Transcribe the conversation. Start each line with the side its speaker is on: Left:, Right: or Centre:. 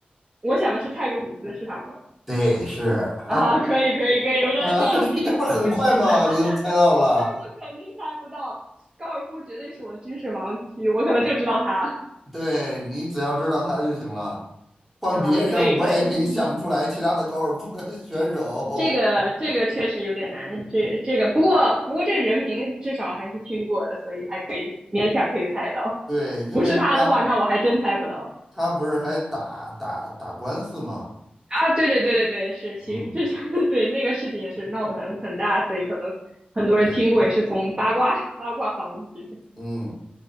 Right: 我想的是泰格伍兹，是他吗？
Centre: 对，是 <laughs>
Right: 啊，可以可以可以，我觉得这要是如果不是，
Centre: 啊，这这不是很快吗？
Right: 那
Centre: 你就猜到了，
Right: 那我肯定猜不到，高尔夫绝对是我的知识盲区，我可能就知道他。
Centre: 对你只要知道他就行了。换别人我也给你想不出来其他的高尔夫的选手，
Right: 啊，可以可以，这个这个确实有点难，这这个不过不过这个人名至少还是听过的，所以还可以勉强可以猜到。
Centre: 对，因为他。
Right: 不是他的话，那我还真猜不到
Centre: 他不是还打打打官司吗？
Right: 啊！对对对对对，是行，
Centre: 嗯，
Right: 这是 <laughs> 对那个事情也是闹得很很大，所以可能很多人听过，
Centre: 对，
Right: 也是从八卦八卦方面听的。
Centre: 嗯，